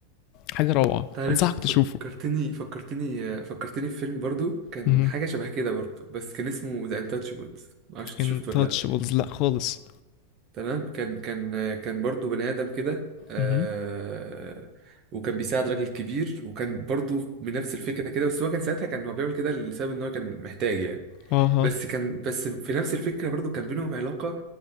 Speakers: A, on the left; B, on the right.
A: حاجه روعه
B: تعرف
A: انصحك تشوفه
B: فكرتني فكرتني فكرتني في فيلم برضو كان
A: امم
B: حاجة شبه كده برضو بس كان اسمه ذا انتاتشبلز معرفش انت
A: انتاتشبلز
B: شفته ولا لأ
A: لا خالص
B: تمام كان كان كان برضو بني آدم كده آه
A: امم
B: وكان بيساعد راجل كبير وكان برضو بنفس الفكرة كده بس هو كان ساعتها كان هو بيعمل كده لسبب ان هو كان محتاج يعني
A: اها
B: بس كان بس في نفس الفكرة برضو كان بينهم علاقة